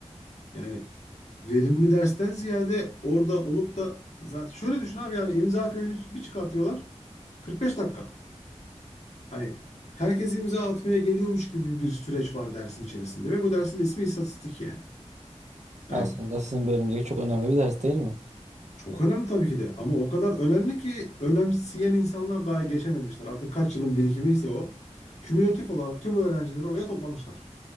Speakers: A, on the left; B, on the right.
A: Yani verimli dersten ziyade orada olup da zaten şöyle düşün abi yani imza föyünü bir çıkartıyorlar. 45 dakika. Hani herkes imza atmaya geliyormuş gibi bir süreç var dersin içerisinde ve bu dersin ismi istatistik yani. Yani
B: Aslında sizin bölümdeki çok önemli bir ders değil mi?
A: çok önemli tabii ki de ama o kadar önemli ki önemseyen insanlar daha geçememişler. Artık kaç yılın birikimi ise o. Kümülatif olarak tüm öğrencileri oraya toplamışlar.